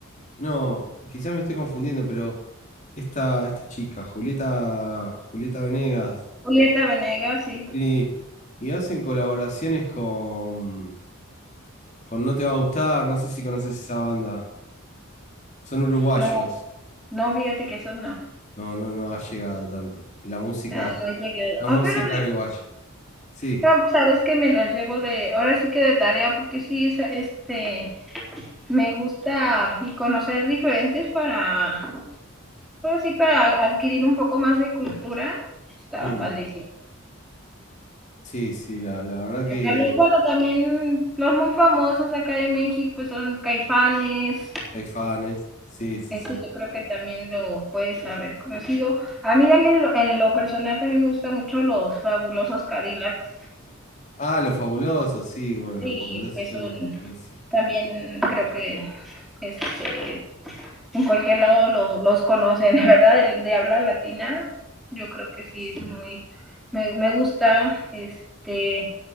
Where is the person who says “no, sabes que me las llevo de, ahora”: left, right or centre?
Centre